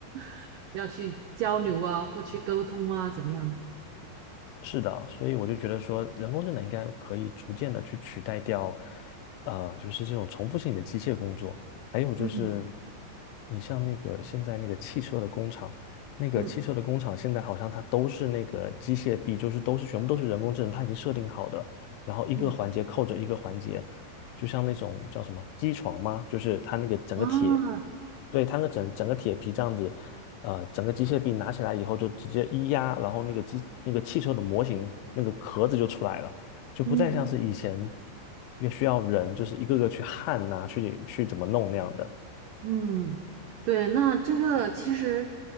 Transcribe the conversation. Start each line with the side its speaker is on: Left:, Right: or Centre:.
Right: <laughs> 要去交流啊，或去沟通啊，怎么样的？
Left: 是的，所以我就觉得说，人工智能应该可以逐渐的去取代掉，呃，就是这种重复性的机械工作。还有就是，
Right: 嗯
Left: 你像那个现在那个汽车的工厂，那个汽车的工厂现在好像它都是那个机械臂，
Right: 嗯
Left: 就是都是全部都是人工智能，它已经设定好的，然后一个环节扣着一个环节，
Right: 嗯
Left: 就像那种叫什么机床吗？就是它那个整个铁，
Right: 啊，
Left: 对，它那个整整个铁皮这样子，呃，整个机械臂拿起来以后就直接一压，然后那个机那个汽车的模型那个壳子就出来了，就不再像是以前
Right: 嗯。
Left: 也需要人就是一个个去焊呐、去去怎么弄那样的。
Right: 嗯，对，那这个其实，